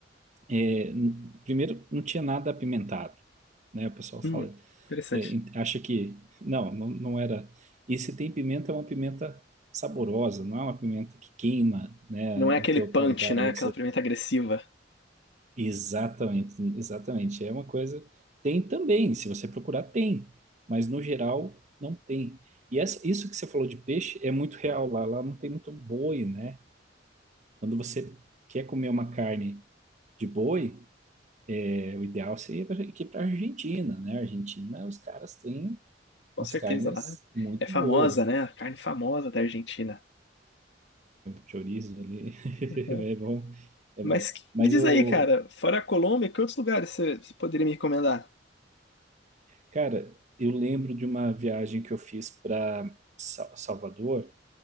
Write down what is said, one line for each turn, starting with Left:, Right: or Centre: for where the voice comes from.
Right: é, n- primeiro, não tinha nada apimentado, né? O pessoal
Left: Hum,
Right: fala,
Left: interessante.
Right: é, en- acha que, não, não, não era. E se tem pimenta, é uma pimenta saborosa, não é uma pimenta que queima, né,
Left: Não é aquele
Right: o teu
Left: punch,
Right: paladar
Left: né?
Right: ali,
Left: Aquela pimenta agressiva.
Right: Exatamente, exatamente. É uma coisa. Tem também, se você procurar, tem, mas no geral não tem. E essa, isso que você falou de peixe é muito real lá. Lá não tem muito boi, né? Quando você quer comer uma carne de boi, é, o ideal seria pra- ir para a Argentina, né? Argentina, os caras têm
Left: Com
Right: umas
Left: certeza,
Right: carnes
Left: lá
Right: muito
Left: é famosa,
Right: boas.
Left: né? A carne famosa da Argentina.
Right: Chorizo ali, <laughs>
Left: né?
Right: é bom, é
Left: Mas
Right: bom.
Left: que-
Right: Mas,
Left: me diz
Right: o
Left: aí, cara, fora a Colômbia, que outros lugares você você poderia me recomendar?
Right: cara, eu lembro de uma viagem que eu fiz para Salvador.